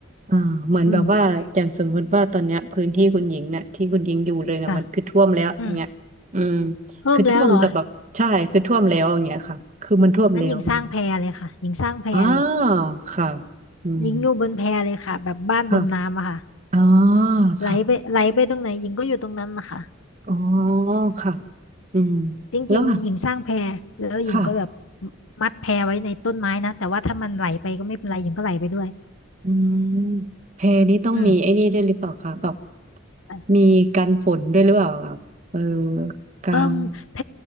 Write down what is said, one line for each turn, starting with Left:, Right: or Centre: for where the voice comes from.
Right: อ่าเหมือนแบบว่าอย่างสมมติว่าตอนเนี้ยพื้นที่คุณหญิงเนี่ยที่คุณหญิงอยู่เลยเนี่ยมันคือท่วมแล้วอย่างเงี้ยอืม
Left: อืมค่ะอืมเพิ่มแล้วเหรอ
Right: คือท่วมแต่แบบใช่คือท่วมแล้วอย่างเงี้ยค่ะคือมันท่วมแล้วอย่างเงี้ย
Left: นั้นหญิงสร้างแพเลยค่ะหญิงสร้างแพเลย
Right: อ่าวค่ะอืม
Left: หญิงอยู่บนแพเลยค่ะแบบบ้านบนน้ำอะค่ะ
Right: ค่ะอ๋อ
Left: ไหลไปไหลไปตรงไหนหญิงก็อยู่ตรงนั้นนะคะ
Right: ค่ะอ๋อค่ะอืม
Left: จริงๆหญิงสร้างแพ
Right: แล้ว
Left: แล้วหญิงก็แบบ
Right: ค่ะ
Left: มัดแพไว้ในต้นไม้นะแต่ว่าถ้ามันไหลไปก็ไม่เป็นไรหญิงก็ไหลไปด้วย
Right: อืมแพนี้ต้องมีไอ้นี่ด้วยหรือเปล่าคะแบบ
Left: อืม่
Right: มีกันฝนด้วยหรือเปล่าครับเออกลาง
Left: เอิ่มแพ